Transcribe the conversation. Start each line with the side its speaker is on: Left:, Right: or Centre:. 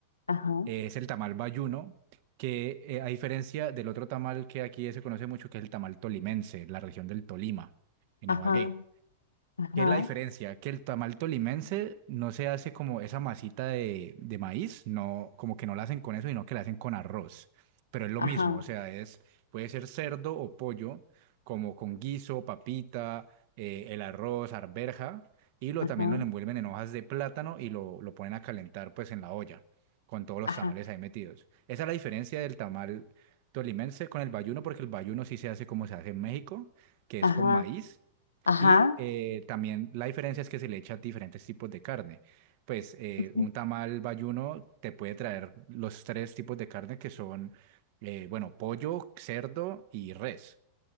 Left: ajá,
Right: eh, es el tamal bayuno, que eh, a diferencia del otro tamal que aquí se conoce mucho, que es el tamal tolimense, la región del Tolima, en
Left: ajá,
Right: Ibagué.
Left: ajá,
Right: ¿Qué es la diferencia? Que el tamal tolimense no se hace como esa masita de, de maíz, no, como que no la hacen con eso, sino que la hacen con arroz. Pero es lo
Left: ajá,
Right: mismo, o sea, es, puede ser cerdo o pollo, como con guiso, papita, eh, el arroz, arberja, y lo,
Left: ajá,
Right: también lo envuelven en hojas de plátano y lo, lo ponen a calentar pues en la olla, con todos los
Left: ajá,
Right: tamales ahí metidos. Esa es la diferencia del tamal tolimense con el bayuno, porque el bayuno sí se hace como se hace en México, que
Left: ajá,
Right: es con maíz
Left: ajá,
Right: y eh, también la diferencia es que se le echa diferentes tipos de carne. Pues eh,
Left: ujú,
Right: un tamal bayuno te puede traer los tres tipos de carne que son, eh, bueno, pollo, cerdo y res.